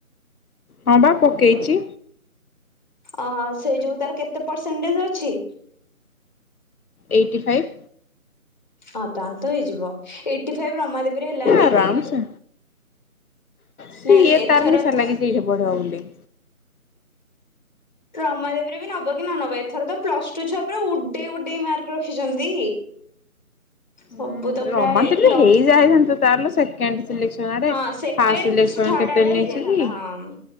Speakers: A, on the left; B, on the left.
A: ହଁ ବା ପକେଇଛି।
B: ଅ ସେଇ ଯୋଉ ତାର କେତେ ପରସେଣ୍ଟେଜ ଅଛି?
A: Eighty five.
B: ହଁ ତାହାଲେ ତ ହେଇଯିବ, ଏଇଟି ଫାଇଭ ରମାଦେବୀରେ ହେଲାନି?
A: ଆରାମସେ ସିଏ
B: ନାଇଁ ଏଥର
A: ତାର ନିିଶା
B: ତ
A: ଲାଗିଛି ଏଇଠି ପଡ଼ିବ ବୋଲି।
B: ରମାଦେବୀରେ ବି ନବ କି ନ ନବ, ଏଥର ତ ପ୍ଲସ ଟୁ ଛୁଆ ପୁରା ଉଡେଇ ଉଡେଇ ମାର୍କ ରଖିଛନ୍ତି। ସବୁ
A: ହୁଁ
B: ତ ପ୍ରାୟ
A: ରମାଦେବୀ
B: ଲକ୍
A: ହେଇଯାଇଥାନ୍ତା, ତାହେଲେ ସେ ସେକେଣ୍ଡ ସିଲେକ୍ସନ ଆରେ
B: ହଁ ସେକେଣ୍ଡ
A: ଫାଷ୍ଟସିଲେ କ୍ସନ୍
B: ଥାର୍ଡ
A: କେତେ
B: ଆଡେ
A: ନେଇଥିଲି?
B: ହେଇଯାଇଥାନ୍ତା ହଁ।